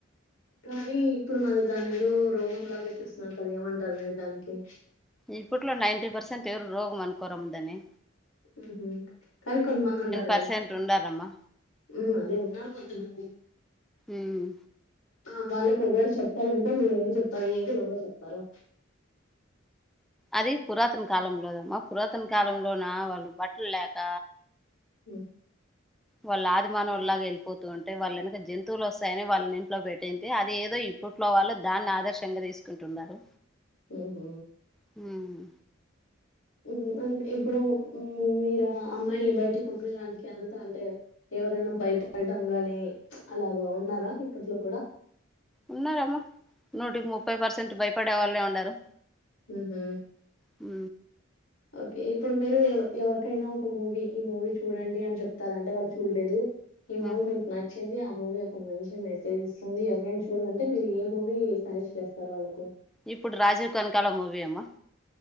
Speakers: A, on the left; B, in the centre.
A: కానీ ఇప్పుడు మరి దాన్ని ఏదో రోగంలాగా చూస్తున్నారు కదా ఏమంటారు మీరు దానికి
B: ఇప్పట్లో నైన్టీ పర్సెంట్ ఎవరు రోగం అనుకోరామ దాని
A: మ్మ్ హ్మ్ కానీ కొంతమంది ఉంటారు
B: పర్సెంట్
A: కదా
B: ఉండారమ్మా
A: అదే ఉన్నారు కొంతమంది
B: ఉమ్
A: ఆ వాళ్లకి ఒవల్ చెప్పాలంటే మీరు ఏం చెప్తారు ఏ విధంగా చెప్తారు
B: అది పురాతన కాలంలోదమ్మా పురాతన కాలంలోన వాళ్లు బట్టల్ లేక
A: హ్మ్
B: వాళ్ళ ఆదిమానవు లాగా వెళ్లిపోతుంటే వాళ్ళ వెనక జంతువులు వస్తాయని వాళ్ళని ఇంట్లో పెట్టేంటి అది ఏద్ దో ఇప్పట్లో వాళ్లు దాన్నాధర్ రామ్గా తీసుకుంటున్నారు
A: హ్మ్
B: హ్మ్
A: ఇవి నీ అంట్ ఇప్పుడు హు మీరు ఆ అమ్మాయిల్ని బయిటికి పంపింయడానికి అంతా అంటే ఎవరైనా భయపడడం గాని అలాగ ఉన్నారా ఇప్పట్లో కూడా
B: ఉన్నారమ్మా నూటికి ముప్పై పర్సెంట్ భయపడే వాళ్లే ఉన్నారు
A: ఉహు
B: హు
A: ఓకే ఇప్పుడు మీరు ఎవర్ ఎవరికైనా ఒక మూవీ ఈ మూవీ చూడండి అని చెప్తారంటే వాళ్ళు చూడలేదు ఈ మూవీ
B: ఉమ్
A: మీకు నాచ్చ నచ్చింది ఆ మూవీ ఒక మంచి మెసేజ్ ఇస్తుంది ఎవరికైనా చూడాలంటే మీరు ఏ మూవీ సజెస్ట్ చేస్తారు వాళ్లకు
B: ఇప్పుడు రాజీవ్ కనకాల మూవీ అమ్మ